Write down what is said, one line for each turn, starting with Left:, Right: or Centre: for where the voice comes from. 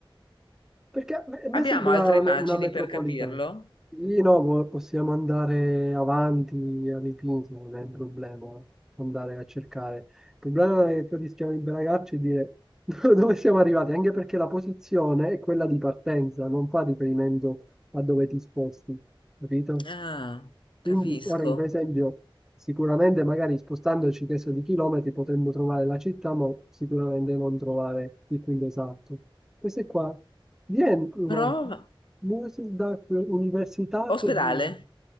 Centre: Perché a me a me
Left: Abbiamo
Centre: sembra
Left: altre
Centre: una,
Left: immagini
Centre: una metropolitana.
Left: per capirlo?
Centre: Lì no, po- possiamo andare avanti all'infinito, non è un problema andare a cercare. Il problema è che rischiamo di imbragarci e dire <laughs> dove siamo arrivati, anche perché la posizione è quella di partenza, non fa riferimento a dove ti sposti, capito?
Left: Ah,
Centre: Quindi
Left: capisco.
Centre: ora, in per esempio, sicuramente magari spostandoci questo di chilometri potremmo trovare la città, ma sicuramente non trovare il punto esatto. Questo è qua. Viene, no,
Left: Prova.
Centre: Musikdag Universitat
Left: Ospedale,
Centre: di Vienna.